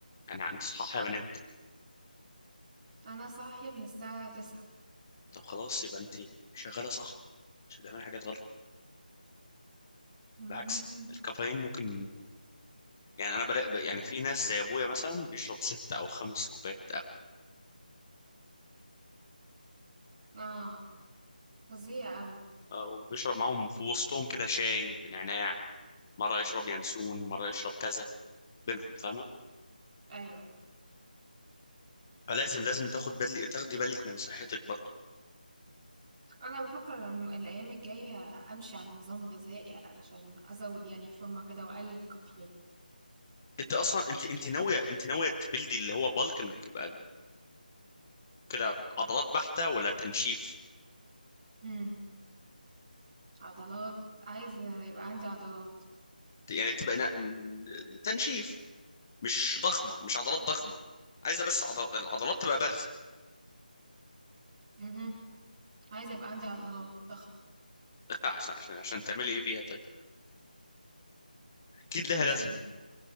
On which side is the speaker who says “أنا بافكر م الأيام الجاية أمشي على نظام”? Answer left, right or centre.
Right